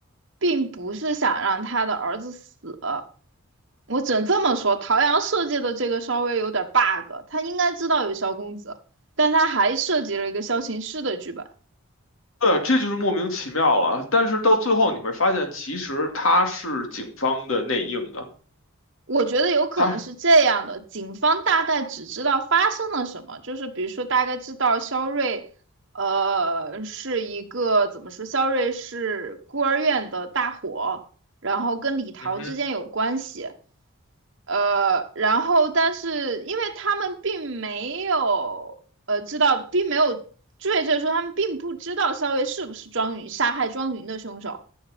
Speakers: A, on the right (about 55°); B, on the left (about 65°).
A: 并不是想让他的儿子死。我只能这么说，陶阳设计的这个稍微有点 bug，他应该知道有萧公子，但他还设计了一个萧琴诗的剧本。
B: 对啊，这就是莫名其妙了。但是到最后你会发现，其实他是警方的内应的。
A: 我觉得有可能是这样的，
B: 他，
A: 警方大概只知道发生了什么，就是比如说大概知道肖瑞，呃，是一个怎么说，肖瑞是孤儿院的大火，然后跟李桃之间有关系，
B: 嗯哼，
A: 呃，然后但是因为他们并没有，呃，知道并没有追着说他们并不知道肖瑞是不是庄云杀害庄云的凶手，